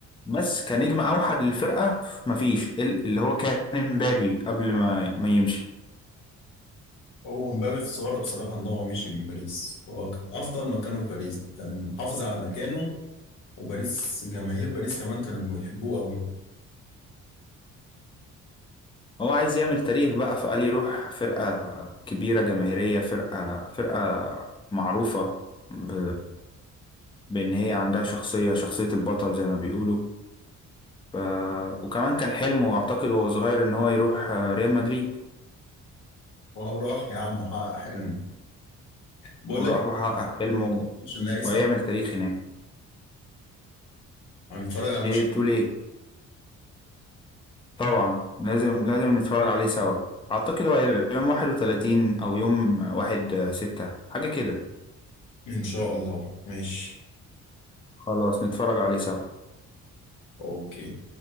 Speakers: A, on the left; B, on the left.
A: بس كنجم أوحد للفرقة مفيش ال- اللي هو كان مبابي قبل ما ما يمشي
B: هو مبابي خسارة بصراحة إن هو مشي من باريس هو كان أفضل مكانه في باريس كان محافظ على مكانه وباريس جماهير باريس كمان كانوا بيحبوه أوي
A: هو عايز يعمل تاريخ بقى فقال يروح فرقة كبيرة جماهيرية فرقة فرقة معروفة ب... بإن هي عندها شخصية شخصية البطل زي ما بيقولوا ف... وكمان كان حلمه أعتقد وهو صغير إن هو يروح آه، ريال مدريد
B: وهو راح يا عم حقق حلمه بقول
A: وراح
B: لك إيه،
A: وحقق حلمه
B: ماتش النهائي سوا
A: وهيعمل تاريخ هناك
B: هنتفرج على ماتش
A: إيه بتقول إيه؟ طبعا لازم لازم نتفرج عليه سوا أعتقد هو هيبقى يوم واحد وتلاتين أو يوم واحد آه، ستة حاجة كده
B: إن شاء الله ماشي
A: خلاص نتفرج عليه سوا
B: أوكي